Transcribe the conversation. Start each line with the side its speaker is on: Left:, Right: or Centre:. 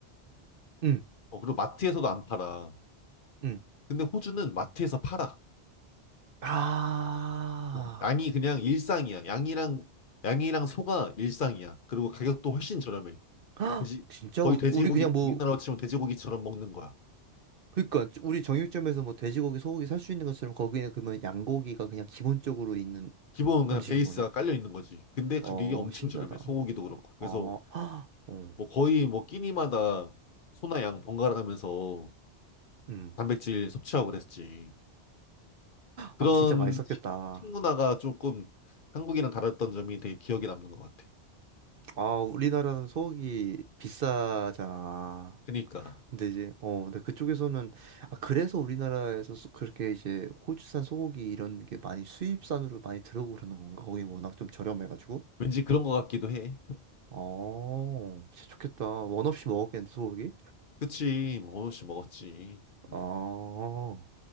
Right: 응
Left: 어, 그리고 마트에서도 안 팔아.
Right: 응
Left: 근데 호주는 마트에서 팔아.
Right: 아,
Left: 어, 양이 그냥 일상이야. 양이랑 양이랑 소가 일상이야. 그리고 가격도 훨씬 저렴해.
Right: <gasps>
Left: 돼지
Right: 진짜?
Left: 거의
Right: 우-
Left: 돼지고기
Right: 우리 그냥 뭐,
Left: 우리나라로 치면 돼지고기처럼 먹는 거야.
Right: 그니까, 우리 정육점에서 뭐 돼지고기, 소고기 살 수 있는 것처럼 거기는 그러면 양고기가 그냥 기본적으로 있는
Left: 기본 그냥
Right: 음식인
Left: 베이스가
Right: 거네?
Left: 깔려 있는 거지. 근데 가격이
Right: 어,
Left: 엄청
Right: 신기하다.
Left: 저렴해. 소고기도 그렇고. 그래서
Right: 어, <gasps> 어,
Left: 뭐 거의 뭐 끼니마다 소나 양 번갈아 가면서
Right: 음.
Left: 단백질 섭취하고 그랬지. 그런
Right: 아, 진짜 맛있었겠다.
Left: 식- 식문화가 조금 한국이랑 다랐던 점이 되게 기억에 남는 것 같아.
Right: 아, 우리나라는 소고기 비싸잖아.
Left: 그니까
Right: 근데 이제, 어, 근데 그쪽에서는, 아, 그래서 우리나라에서 소- 그렇게 이제 호주산 소고기 이런 게 많이 수입산으로 많이 들어오고 그러는 건가? 거기 워낙 좀 저렴해가지고.
Left: 왠지 그런 것 같기도 해.
Right: 어, 진짜 좋겠다. 원 없이 먹었겠는데, 소고기?
Left: 그치, 뭐어느없이 먹었지. 음.
Right: 어,